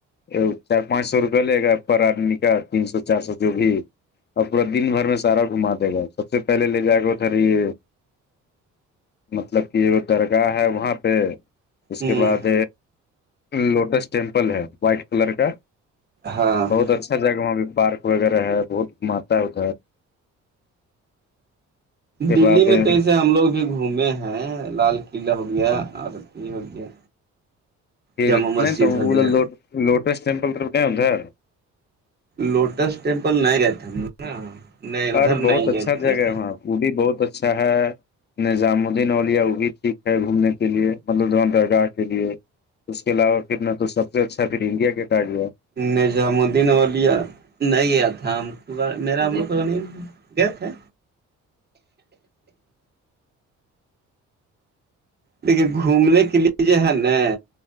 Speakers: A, on the left; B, on the right.
A: ا چار پانچ سو روپیہ لے گا پر آدمی کا تین سو چار سو جو بھی اور پورا دن بھر میں سارا گھما دے گا سب سے پہلے لے جا کے اتا رہی یہ مطلب کہ ایک درگاہ ہے وہاں پہ اس
B: ہوں
A: کے بعد لوٹس ٹیمپل ہے وائٹ کلر کا
B: ہاں
A: بہت اچھا جگہ وہاں بھیہ پارک وغیرہ ہے بہت گھماتا ہے ادھر کے
B: دلی
A: بعد پھر
B: میں تو ایسے ہم لوگ بھی گھومے ہیں لال قلعہ ہو گیا ہو گیا
A: یہ
B: جامع مسجد
A: تو
B: ہو
A: وہ
B: گیا
A: ل ل لوٹس ٹمپل تو کہیاں تھار
B: لوٹس ٹیمپل نہیں گئے تھے نہیں ادھر
A: اور بہت
B: نہیں
A: اچھا
B: گیا
A: جگہ
B: تھا
A: ہے وہاں وہ بھی بہت اچھا ہے نظام الدین اولیا وہ بھی ٹھیک ہے گھومنے کے لیے مطلب داں درگاہ کے لیے اس کے علاوہ پھر نہ تو سب سے اچھا پھر انڈیا کے کاارڈ جو ہے
B: نظام الدین اولیا نہیں تھا ہم کو میرا ہم لوگ کو نہیں گئے تھے دیکھیے گھومنے کے لیے جو ہے نا